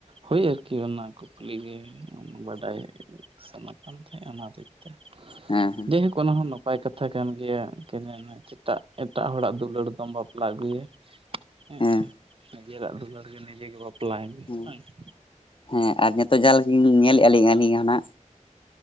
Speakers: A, on the right; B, on the left.
A: ᱦᱳᱭ ᱟᱨᱠᱤ ᱚᱱᱟ ᱠᱩᱠᱞᱤ ᱜᱮ ᱵᱟᱰᱟᱭ ᱥᱮᱱᱚᱜ ᱠᱟᱱ ᱛᱟᱦᱮᱫ ᱚᱱᱟ ᱦᱚᱛᱮᱡ ᱛᱮ
B: ᱦᱮᱸ ᱦᱮᱸ
A: ᱡᱮ ᱦᱳᱠ ᱚᱱᱟ ᱦᱚᱸ ᱱᱟᱯᱟᱭ ᱠᱟᱛᱷᱟ ᱠᱟᱱ ᱜᱮᱭᱟ ᱪᱮᱫᱟᱜ ᱮᱴᱟᱜ ᱦᱚᱲᱟᱜ ᱫᱩᱞᱟᱹᱲ ᱫᱚᱢ ᱵᱟᱯᱞᱟ ᱟᱹᱜᱩᱭᱟ ᱦᱮᱸᱥᱮ
B: ᱦᱮᱸ
A: ᱱᱤᱡᱮᱨᱟᱜ ᱫᱩᱞᱟᱹᱲ ᱜᱮ ᱱᱤᱡᱮ ᱜᱮ ᱵᱟᱯᱞᱟᱭ ᱢᱮ
B: ᱦᱮᱸ
A: ᱦᱳᱭ ᱥᱮ
B: ᱦᱮᱸ ᱟᱨ ᱱᱤᱛᱚᱜ ᱡᱟ ᱧᱮᱞᱮᱫ-ᱟ ᱞᱤᱧ ᱟᱹᱞᱤᱧᱱᱟᱜ